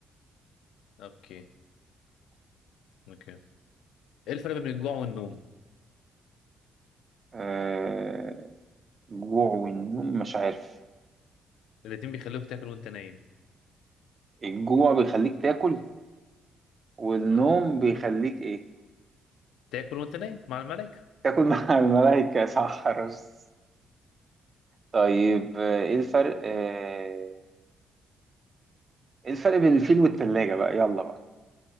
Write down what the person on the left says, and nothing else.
اوكي اوكي ايه الفرق بين الجوع والنوم
الاتنين بيخلوك تاكل وانت نايم
ما
آه.
تاكل وانت نايم مع الملائكة